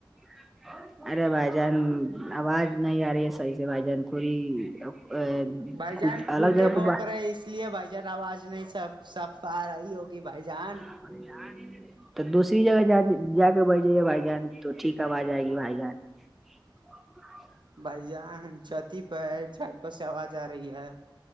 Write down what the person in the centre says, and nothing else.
<unintelligible> ارے بھائی جان آواز نہیں آ رہی ہے صحیح سے بھائی جان تھوڑی
کچھ الگ
جگہ پہ
بات
<unintelligible> تو دوسری جگہ جا کے بیج جے گا بھائی جان تو ٹھیک ہےب آج جائے گی بھائی جان <unintelligible>